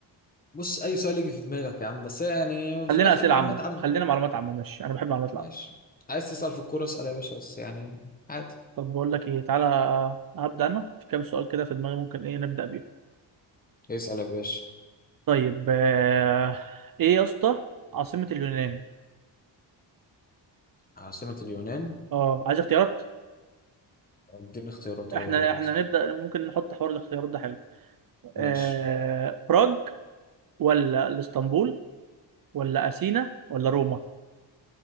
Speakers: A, on the left (about 20°); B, on the right (about 50°).
A: بص اي سؤال يجي في دماغك يا عم بس يعني
B: خلينا
A: في الاخر
B: اسئله
A: معلومات
B: عامه
A: عامه
B: خلينا معلومات عامه ماشي انا بحب المعلومات
A: ماشي
B: العامه
A: عايز تسال في الكوره اسال يا باشا بس يعني عادي
B: طب بقول لك ايه تعالى هبدا انا في كام سؤال كده في دماغي ممكن ايه نبدا بيه
A: اسال يا باشا
B: طيب آه، ايه يا اسطى عاصمه اليونان
A: عاصمه اليونان
B: اه عايز اختيارات
A: اديني اختيارات اه
B: احنا
A: يا ريت
B: احنا نبدا ممكن نحط حوار الاختيارات ده حلو
A: ماشي
B: آه... براغ ولا الاسطنبول ولا اثينا ولا روما